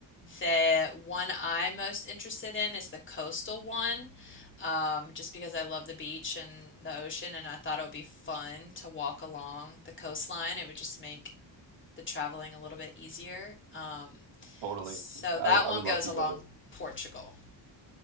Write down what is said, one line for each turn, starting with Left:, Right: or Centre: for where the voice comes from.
Left: The one I'm most interested in is the coastal one, um, just because I love the beach and the ocean, and I thought it would be fun to walk along the coastline. It would just make the traveling a little bit easier. Um,
Right: Totally.
Left: so that
Right: I would
Left: one
Right: I would
Left: goes
Right: love to
Left: along
Right: go
Left: Portugal.